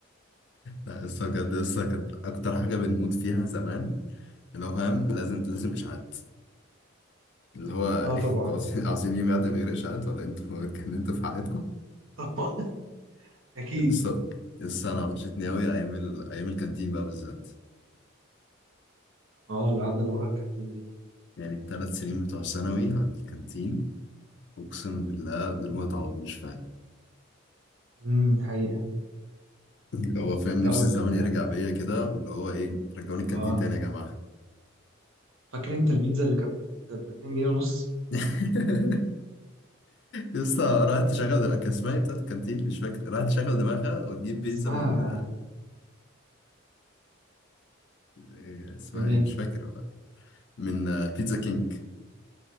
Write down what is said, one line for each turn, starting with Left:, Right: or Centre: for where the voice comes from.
Left: لا لسه بجد لسه كانت اكتر حاجه بنموت فيها زمان اللي هو فاهم لازم لازم اشاعات اللي هو <laughs>
Right: <laughs> اه طبعا
Left: انتوا عاوزين عاوزين يوم يعدي من غير اشاعات ولا انتوا <laughs> اتكلمتوا في حياتكم
Right: طبعا اكيد
Left: بس بس انا وحشتني قوي ايام ال... ايام الكانتين بقى بالذات
Right: اه القعده اللي ورا الكانتين دي
Left: يعني الثلاث سنين بتوع ثانوي عند الكانتين اقسم بالله دول ما يتعوضوش فعلا
Right: امم دي حقيقه
Left: اللي هو فاهم
Right: لا
Left: نفسي
Right: وال
Left: الزمن يرجع بيا كده واللي هو ايه رجعوني الكانتين
Right: اه
Left: تاني يا جماعه
Right: فاكر انت البيتزا اللي كانت ب 2 جنيه ونص
Left: <laughs> لسه راحت تشغل دماغها كان اسمها ايه بتاعت الكانتين مش فاكر راحت تشغل دماغها وتجيب
Right: كانت
Left: بيتزا
Right: اسمها
Left: من آه، إيه اسمها
Right: بنين
Left: ايه مش فاكر والله من آه، بيتزا كينج